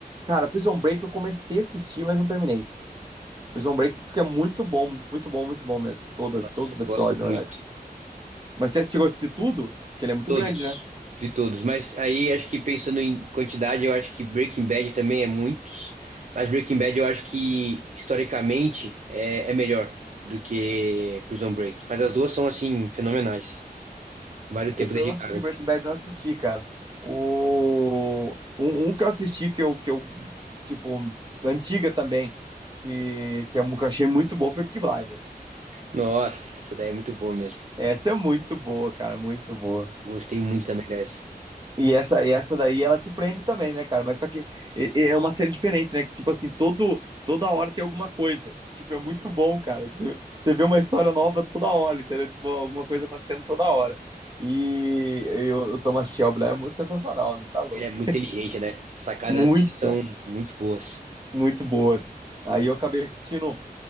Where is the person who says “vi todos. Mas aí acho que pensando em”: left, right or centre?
Right